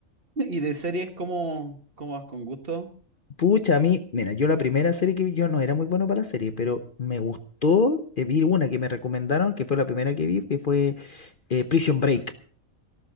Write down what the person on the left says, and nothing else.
Pucha, a mí, mira, yo la primera serie que vi, yo no era muy bueno para la serie, pero me gustó eh, vi una que me recomendaron, que fue la primera que vi, que fue eh, Prison Break.